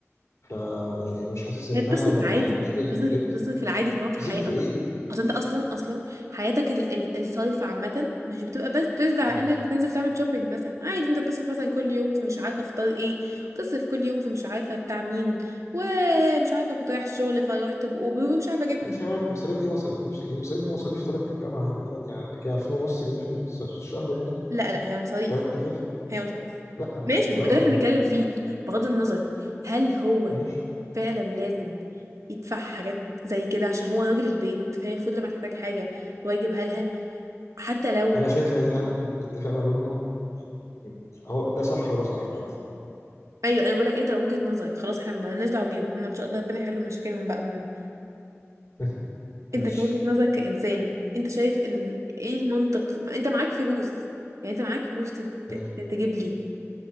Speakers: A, on the left; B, on the right.
A: آه، يعني انا مش حاسس انها
B: هي بتصرف
A: لما
B: عادي
A: هتجيب اللبس
B: بتصرف بتصرف العادي اللي هو
A: هتصرف
B: في الحياة
A: في
B: أصلا
A: ايه؟
B: أصلا انت اصلا اصلا حياتك ال ال الصرف عامة مش بتبقى بس بس على
A: مم.
B: انك بتنزل تعمل شوبينج مثلا عادي انت بتصرف مثلا كل يوم في مش عارفة افطار ايه بتصرف كل يوم في مش عارفة بتاع مين ومش عارفة كنت رايح الشغل فروحت بأوبر ومش عارفة جيت
A: ماشي
B: م-
A: يا مالك المصاريف دي مصاريف مش المصاريف دي مصاريف طالب في الجامعة يعني يعني كده 2000 ونص جنيه في الس- في الشهر يعني
B: لا لا هي مصاريف
A: 3000
B: هي وظائف
A: لا مش
B: ماشي
A: للدرجة
B: ما هو ده اللي احنا
A: يعني
B: بنتكلم فيه بغض النظر هل هو
A: ماشي
B: فعلا لازم يدفع حاجات زي كده عشان هو راجل البيت فهي المفروض لما تحتاج حاجه هو يجيبها لها حتى لو
A: انا شايف ان دي حاجة بالاتفاق ما بينهم يعني هو ده صح وده صح عادي
B: ايوه انا بقول لك انت لو وجهه نظرك خلاص احنا مالناش دعوه بيهم هم ان شاء الله ربنا يحلوا مشاكلهم بقى هم
A: <laughs> ماشي
B: انت كوجهه نظرك كانسان انت شايف ان ايه المنطق ما انت معاك فلوس يعني انت معاك فلوس تت-
A: ماشي
B: تجيب لي